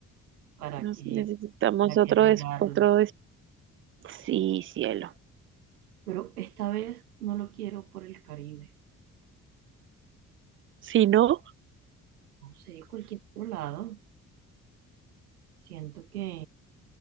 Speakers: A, on the right; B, on the right.
A: ¿para
B: Nos
A: qué,
B: necesitamos
A: para
B: otro
A: qué negarlo?
B: des, otro des- Sí, cielo.
A: Pero esta vez no lo quiero por el Caribe,
B: Si no,
A: no sé, cualquier otro lado. Siento que,